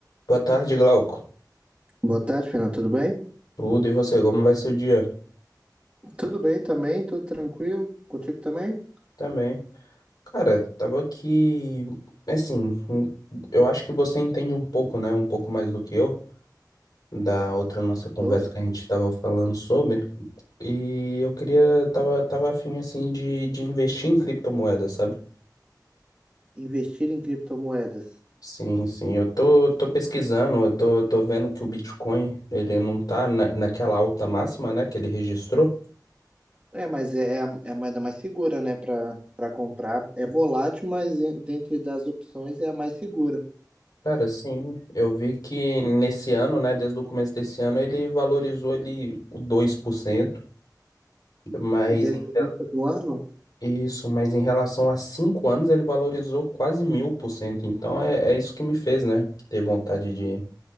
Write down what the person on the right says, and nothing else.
Boa tarde, Fernando. Tudo bem?
Tudo bem também, tudo tranquilo. Contigo também?
Sobre
investir em criptomoedas.
É, mas é, a- é a moeda mais segura, né, para para comprar. É volátil, mas en- dentre das opções é a mais segura.
Desde
o início
do ano,